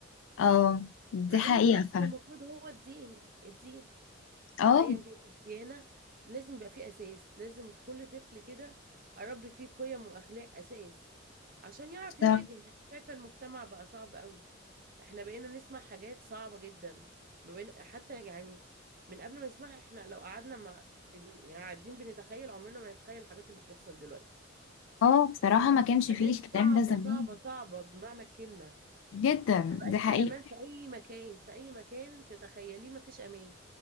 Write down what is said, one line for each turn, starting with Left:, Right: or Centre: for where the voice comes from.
Left: اه دي
Right: مع
Left: حقيقة
Right: إن الأصل
Left: فعلا
Right: المفروض هو الدين الدين
Left: اه
Right: أيا كانت الديانة لازم يبقى فيه أساس لازم كل طفل كده أربي فيه قيم وأخلاق أساس عشان يعرف
Left: بصراحة
Right: يواجه إحنا شايفة المجتمع بقى صعب قوي إحنا بقينا نسمع حاجات صعبة جدا ما بقينا حتى يعني من قبل ما نسمعها إحنا لو قعدنا مع في يعني قاعدين بنتخيل عمرنا ما نتخيل الحاجات اللي بتحصل دلوقتي
Left: اه بصراحة ما كانش
Right: حاجات
Left: فيه الكلام
Right: صعبة
Left: ده زمان
Right: صعبة صعبة بمعنى الكلمة
Left: جدا
Right: ما بقاش
Left: دي حقيقة
Right: في امان في اي مكان في اي مكان تتخيليه ما فيش امان